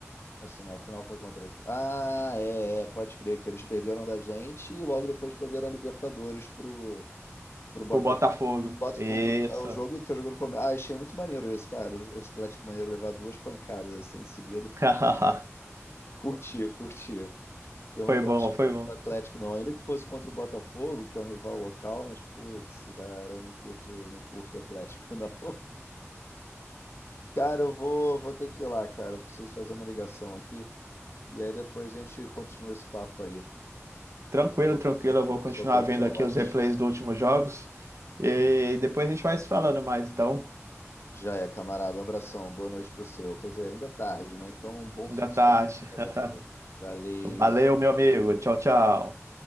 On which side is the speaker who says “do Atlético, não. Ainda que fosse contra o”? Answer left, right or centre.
Left